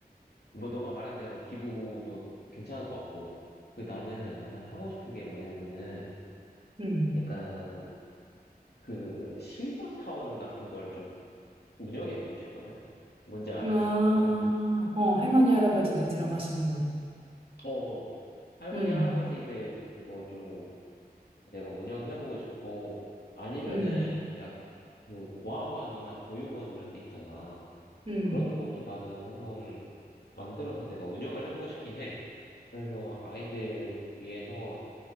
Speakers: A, on the left; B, on the right.
A: 뭐 너가 말한 대로 기부도 괜찮을 것 같고. 그 나는 약간 하고 싶은 게 뭐냐면은
B: 음.
A: 약간 그 실버타운 같은 걸 좀 운영해 보고 싶거든? 뭔지 알아,
B: 아,
A: 실버타운?
B: 어, 할머니, 할아버지들 들어가시는 곳.
A: 어, 할머니,
B: 음,
A: 할아버지들 그거 좀 내가 운영해 보고 싶고 아니면은
B: 음,
A: 약그 고아원이나 보육원 이런 데 있잖아.
B: 음,
A: 그런 것도 나는 한번 만들어서 내가 운영을 해보고 싶긴 해. 그래서 아이들 위해서